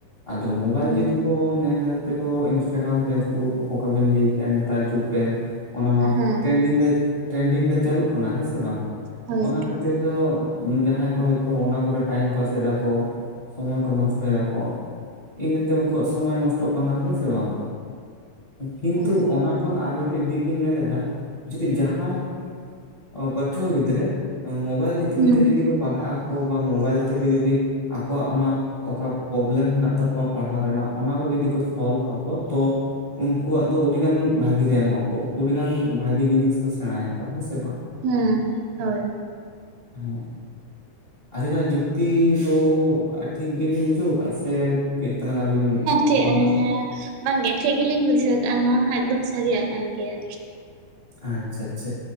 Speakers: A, on the left (about 65°); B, on the right (about 80°).
A: ᱟᱫᱚ ᱢᱳᱵᱟᱭᱤᱞ
B: ᱦᱮᱸ
A: ᱡᱩᱫᱤ
B: ᱦᱳᱭ
A: ᱠᱚ ᱧᱮᱞ ᱧᱮᱞ ᱛᱮ ᱚ ᱤᱱᱥᱴᱟᱜᱨᱟᱢ ᱯᱷᱮᱥᱵᱩᱠ ᱚᱠᱟᱵᱮᱱ ᱞᱟᱹᱭ ᱠᱮᱭᱟ ᱱᱮᱛᱟᱨ ᱡᱩᱜᱽ ᱨᱮ ᱚᱱᱟ ᱢᱟ
B: ᱦᱮᱸ ᱦᱮᱸ
A: ᱴᱨᱮᱱᱰᱤᱝ ᱞᱮ ᱴᱨᱮᱱᱰᱤᱝ ᱞᱮ ᱪᱟᱹᱫᱩᱜ ᱠᱟᱱᱟ ᱦᱮᱸ ᱥᱮ ᱵᱟᱝ
B: ᱦᱮᱸ ᱦᱳᱭ
A: ᱚᱱᱟ ᱠᱷᱟᱹᱛᱤᱨ ᱫᱚ ᱡᱟᱦᱟᱸᱭ ᱠᱚ ᱦᱚᱭᱛᱳ ᱚᱱᱟ ᱠᱚᱨᱮ ᱴᱟᱭᱤᱢ ᱯᱟᱥ ᱮᱟ ᱠᱚ ᱥᱚᱢᱚᱭ ᱠᱚ ᱱᱚᱥᱴᱚᱭ ᱫᱟ ᱠᱚ ᱤᱛᱮ ᱩᱱᱠᱩᱣᱟᱜ ᱥᱚᱢᱚᱭ ᱱᱚᱥᱴᱚᱜ ᱠᱟᱱᱟ ᱦᱮᱸ ᱥᱮ ᱵᱟᱝ ᱠᱤᱱᱛᱩ
B: ᱦᱮᱸ
A: ᱚᱱᱟ ᱠᱷᱚᱱ ᱟᱨ ᱢᱤᱫᱴᱮᱱ ᱫᱤᱠ ᱤᱧ ᱱᱮᱞᱮᱫᱟ ᱡᱩᱚᱫᱤ ᱡᱟᱦᱟᱸᱭ ᱚ ᱯᱟᱴᱷᱩᱶᱟᱹ ᱜᱤᱫᱽᱨᱟᱹ ᱢᱳᱵᱟᱭᱤᱞ ᱤᱫᱤ
B: ᱦᱮᱸ
A: ᱠᱟᱛᱮᱜ ᱡᱚᱫᱤ ᱠᱚ ᱯᱟᱲᱦᱟᱜ ᱟᱠᱚ ᱵᱟ ᱢᱳᱵᱟᱭᱤᱞ ᱛᱮᱜᱮ ᱡᱚᱫᱤ ᱟᱠᱚᱣᱟᱜ ᱚᱱᱟ ᱚᱠᱟ ᱯᱨᱚᱵᱮᱞᱮᱢ ᱦᱮᱱᱟᱜ ᱛᱟᱠᱚᱣᱟ ᱯᱟᱲᱦᱟᱣ ᱨᱮᱱᱟᱜ ᱚᱱᱟ ᱠᱚ ᱡᱚᱫᱤ ᱠᱚ ᱥᱚᱞᱵᱷ ᱟᱠᱚ᱾ ᱛᱚ ᱩᱱᱠᱩᱣᱟᱜ ᱫᱚ ᱟᱹᱰᱤ ᱜᱟᱱ ᱵᱷᱟᱜᱤ ᱨᱮ ᱮᱢᱚᱜ ᱟᱠᱚ ᱚᱹᱰᱤ ᱜᱟᱱ ᱵᱷᱟᱜᱤ ᱡᱤᱱᱤᱥ ᱠᱚ ᱥᱮᱬᱟᱭᱟᱠᱚ ᱦᱮᱸ ᱥᱮ ᱵᱟᱝ?
B: ᱦᱮᱸ ᱦᱳᱭ
A: ᱦᱮᱸ ᱟᱹᱞᱤᱱᱟᱜ ᱡᱩᱠᱛᱤ ᱫᱚ ᱴᱷᱤᱠ ᱜᱮᱵᱤᱱ ᱵᱩᱡᱷᱟᱹᱣ ᱟᱠᱟᱜ ᱥᱮ ᱠᱟᱹᱡ ᱛᱟᱞᱟᱝ ᱟᱹᱵᱤᱱ
B: ᱴᱷᱤᱠ
A: <unintelligible>
B: ᱦᱮᱸ ᱵᱟᱝᱜᱮ ᱴᱷᱤᱠ ᱜᱮᱞᱤᱧ ᱵᱩᱡᱷᱟᱹᱣ ᱠᱟᱜᱼᱟ᱾ ᱱᱚᱣᱟ ᱦᱟᱸᱜ ᱮᱠᱫᱚᱢ ᱥᱟᱹᱨᱤᱭᱟᱜ ᱠᱟᱱ ᱜᱮᱭᱟ᱾
A: ᱟᱪᱪᱷᱟ ᱟᱪᱪᱷᱟ